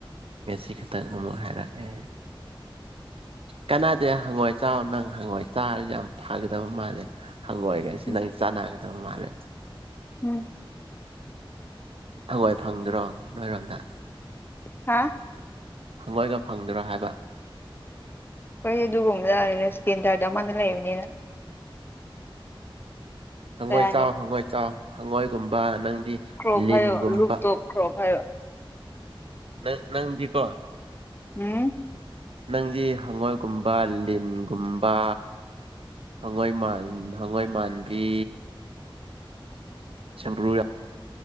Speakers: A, on the right; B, on the left.
A: ꯉꯁꯤ ꯈꯛꯇꯪ ꯑꯃꯨꯛ ꯍꯥꯏꯔꯛꯑꯦ ꯀꯅꯥꯗ ꯍꯪꯉꯣꯏ ꯆ ꯅꯪ ꯍꯪꯉꯣꯏ ꯆꯥꯔꯁꯨ ꯌꯥꯝ ꯐꯒꯗꯕ ꯃꯥꯜꯂꯦ ꯍꯪꯉꯣꯏꯒꯦ ꯁꯤ
B: ꯎꯝ
A: ꯅꯪ ꯆꯥꯟꯅꯒꯗꯕ ꯃꯥꯜꯂꯦ
B: ꯎꯝ
A: ꯍꯪꯉ‌ꯣꯏ ꯐꯪꯗ꯭ꯔꯣ ꯅꯣꯏꯔꯣꯝꯗ
B: ꯍꯥ
A: ꯍꯪꯉꯣꯏꯒ ꯐꯪꯗ꯭ꯔꯥ ꯍꯥꯏꯕ
B: ꯈꯣꯏꯗꯤ ꯗꯨꯒꯨꯝꯕꯗ <unintelligible> ꯏꯁꯇꯦꯟꯗꯔꯗ ꯑꯃꯗ ꯂꯩꯕꯅꯤꯅ
A: ꯍꯪꯒꯣꯏ
B: ꯀꯩ ꯍꯥꯏꯅꯣ
A: ꯆꯥꯎ ꯍꯪꯒꯣꯏ ꯆꯥꯎ ꯍꯪꯉꯣꯏꯒꯨꯝꯕ ꯅꯪꯗꯤ
B: ꯀ꯭ꯔꯣꯞ
A: ꯂꯤꯟꯒꯨꯝꯕ
B: ꯍꯥꯏꯌꯣ <unintelligible>
A: ꯅꯪ ꯅꯪꯗꯤꯀꯣ
B: ꯍꯝ
A: ꯅꯪꯗꯤ ꯍꯪꯉꯣꯏꯒꯨꯝꯕ ꯂꯤꯟꯒꯨꯝꯕ ꯍꯪꯉꯣꯏ ꯃꯥꯟ ꯍꯪꯉꯣꯏ ꯃꯥꯟꯕꯤ ꯁꯕ꯭ꯔꯨ ꯌꯥꯝ